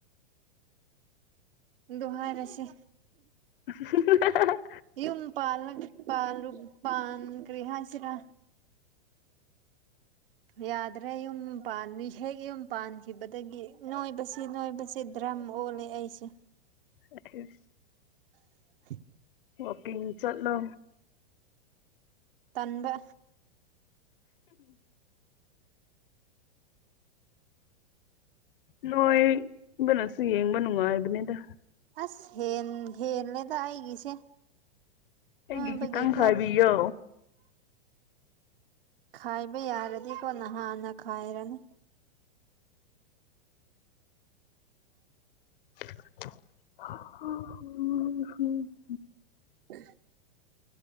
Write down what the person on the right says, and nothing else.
ꯎꯝ ꯗꯨ ꯍꯥꯏꯔꯁꯤ
ꯌꯨꯝ ꯄꯥꯜꯂꯛ ꯄꯥꯜꯂꯨꯞ ꯄꯥꯟ ꯀꯔꯤ ꯍꯥꯏꯁꯤꯔꯥ ꯌꯥꯗ꯭ꯔꯦ ꯌꯨꯝ ꯄꯥꯟꯅꯤ ꯍꯦꯛ ꯌꯨꯝ ꯄꯥꯟꯈꯤꯕꯗꯒꯤ ꯅꯣꯏꯕꯁꯤ-ꯅꯣꯏꯕꯁꯤ ꯗ꯭ꯔꯝ ꯑꯣꯜꯂꯦ ꯑꯩꯁꯦ
<inaudible>
ꯇꯟꯕ
ꯑꯁ ꯍꯦꯟ ꯍꯦꯜꯂꯦꯗꯥ ꯑꯩꯒꯤꯁꯦ ꯅꯣꯏꯕꯒꯤꯀꯣ
ꯈꯥꯏꯕ ꯌꯥꯔꯗꯤꯀꯣ ꯅꯥꯍꯥꯟꯅ ꯈꯥꯏꯔꯅꯤ
<inaudible>